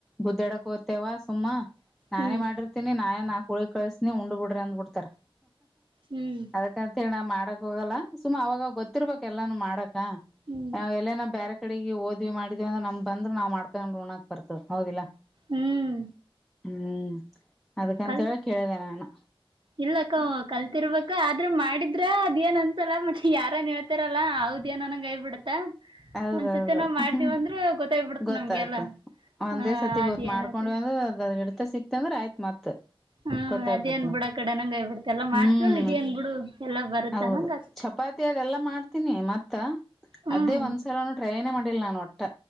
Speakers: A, in the centre; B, on the right.
A: ಗುದ್ದ್ಯಾಡಕ್ ಹೊಗ್ತೇವ ಸುಮ್ಮ ನಾನೇ
B: ಹ್ಮ್
A: ಮಾಡಿರ್ತೀನಿ ನಾೇನ್ ನಾ ಕ ಹಾಲ್ಗಿ ಕಳಸನಿ ಉಂಡ್ ಬಿಡ್ರಿ ಅಂದ್ಬಿಡ್ತಾರ
B: ಹ್ಮ್
A: ಅದಕಂತ ಹೇಳಿ ನಾ ಮಾಡಕ್ ಹೋಗಲ್ಲ ಸುಮ ಅವಾಗ ಗೊತ್ತಿರ್ಬೇಕ ಎಲ್ಲಾನು ಮಾಡಕ
B: ಹ್ಮ್
A: ನ ಎಲ್ಲನ ಬ್ಯರೆ ಕಡೆ ಹೋದ್ವಿ ಮಾಡಿದ್ವಿಂದ್ರೆ ನಮ್ ಬಂದ್ರ್ ನಾ್ ಮಾಡ್ಕೊಂಡ ಊಣಾಕ್ ಬರ್ತದೆ ಹೌದಿಲ್ಲಾ
B: ಹ್ಮ್
A: ಹ್ಮ್ ಅದ್ಕಂತ
B: ಕಲ್
A: ಹೇಳಿ ಕೇಳಿದೆ ನಾನು
B: ಇಲ್ಲಕ್ಕ ಕಲ್ತಿರ್ಬೇಕ ಆದ್ರೂ ಮಾಡಿದ್ರ ಅದೇಏನ್ ಅನ್ಸಲ್ಲ ಮತ್ತೆ ಯಾರನ್ ಇತರಲ್ಲಾ ಹೌದ್ಯ ನಂಗ ಯ ಬಿಡತ್ತಾ
A: ಹೌದೌದು
B: ಒಂದ್ಸತಿ ನಾವ್ ಮಾಡ್ದಿವವ ಅಂದ್ರ ಗೊತ್ತಾಗಬಿಡ್ತ
A: ಗೊತ್ತಾಯ್ತು
B: ನಮ್ಗೆಲ್ಲಾ
A: ಒಂದೇ
B: ಹ
A: ಸರ್ತಿ ಗೋತ್
B: ಅದೇನಾಗಲ್ಲ
A: ಮಾಡ್ಕೊಂಡವಿ ಅಂದ್ರ ಅದ ಅದ್ ಇಡತ ಸಿಕ್ತೆ ಅಂದ್ರ ಆಯ್ತ್ ಮತ್
B: ಹ್ಮ್
A: ಗೊತ್ತಾಯ್ಬಿಡತ
B: ಅದೇನ್ ಬಿಡ್ ಆ ಕಡೆ ನಂಗಗೆ ಯ್ ಬಿಡ್ತ ಎಲ್ಲ ಮಾಡ್ತಿವಲ್ಲ
A: ಹ್ಮ್
B: ಇದೇಏನ್ ಬಿಡು ಎಲ್ಲ ಬರುತ್ತ
A: ಹೌದು
B: ನಂಗ
A: ಚಪಾತಿ ಅದೆಲ್ಲಾ ಮಾಡ್ತೀನಿ ಮತ್ತ
B: ಹ್ಮ್
A: ಅದೇ ಒಂದ್ಸಲನು ಟ್ರೈನೇ ಮಾಡಿಿಲ್ಲ ನಾನನ್ ಒಟ್ಟ